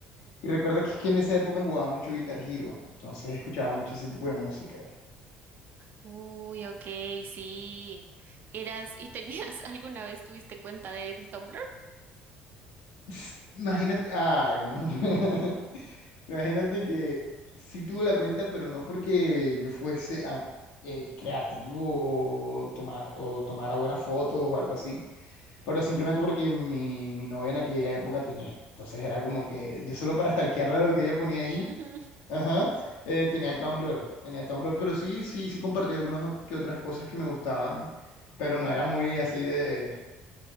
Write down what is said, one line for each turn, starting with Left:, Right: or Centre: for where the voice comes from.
Left: y recuerdo que, es que en esa época jugaba mucho Guitar Hero, entonces escuchaba mucho ese tipo de música.
Right: Uy, ok, sí. Eras y tenías <laughs> alguna vez tuviste cuenta de en Tumblr
Left: S- Imagínate, ay, <laughs> imagínate que sí tuve la cuenta, pero no porque yo fuese ah, eh, creativo o, toma- o tomara buenas fotos o algo así, pero simplemente porque mi, mi novia en aquella época tenía. Entonces era como que yo solo para stalkearla lo que ella ponía ahí,
Right: Ujú,
Left: ajá, eh, tenía el Tumblr, tenía el Tumblr, pero sí, sí, sí compartí algunas ot- que otras cosas que me gustaban, pero no era muy así de,